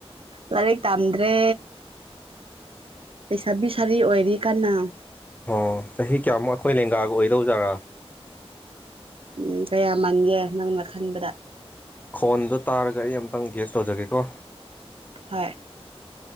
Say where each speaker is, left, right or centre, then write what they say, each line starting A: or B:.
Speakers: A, on the right; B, on the left.
A: ꯂꯔꯤꯛ ꯇꯝꯗ꯭ꯔꯦ ꯂꯩꯩꯁꯥꯕꯤ ꯁꯥꯔꯤ ꯑꯣꯏꯔꯤ ꯀꯅ
B: ꯑꯣ ꯆꯍꯤ ꯀꯌꯥꯃꯨꯛ ꯑꯩꯈꯣꯏ ꯂꯦꯡꯒꯥꯒ ꯑꯣꯏꯗꯧꯖꯥꯔꯥ
A: ꯎꯝ ꯀꯌꯥ ꯃꯥꯟꯒꯦ ꯅꯪꯅ ꯈꯟꯕꯗ
B: ꯈꯣꯟꯗꯣ ꯇꯥꯔꯒ ꯑꯩ ꯑꯝꯇꯪ ꯒ꯭ꯦꯁ ꯇꯧꯖꯒꯦꯀꯣ
A: ꯍ